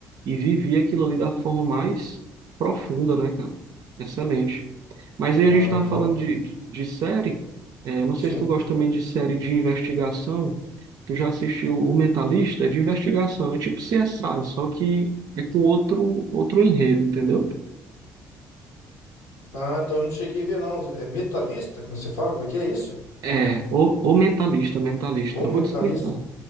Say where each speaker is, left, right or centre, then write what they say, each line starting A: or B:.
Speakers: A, on the right (about 50°); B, on the left (about 75°).
A: e vivia aquilo ali da forma mais profunda, né, cara? Excelente. Mas aí
B: Ah,
A: a gente estava
B: então,
A: falando de, de, de série. É, não
B: sim.
A: sei se tu gosta também de série de investigação. Tu já assistiu O Mentalista? É de investigação. É tipo CSI, só que é com outro, outro enredo, entendeu?
B: Ah, então eu não cheguei a ver, não. É metalista, como você fala? Como é que é isso?
A: É, o, o Mentalista, Mentalista.
B: Ou
A: Eu
B: metalista?
A: vou te explicar.